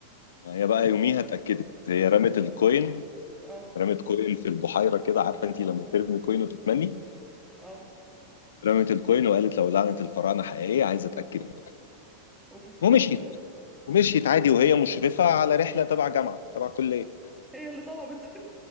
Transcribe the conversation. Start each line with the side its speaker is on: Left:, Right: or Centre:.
Left: هي بقى يوميها اتأكدت هي رمت الكوين
Centre: اه
Left: رمت كوين في البحيرة كده عارفة انت لما ترمي كوين وتتمني
Centre: اه
Left: رمت الكوين وقالت لو لعنة الفراعنة حقيقية عايزة اتأكد منها
Centre: أوف.
Left: ومشيت ومشيت عادي وهي مشرفة على رحلة تبع جامعة تبع كلية
Centre: <laughs> هي اللي طلبت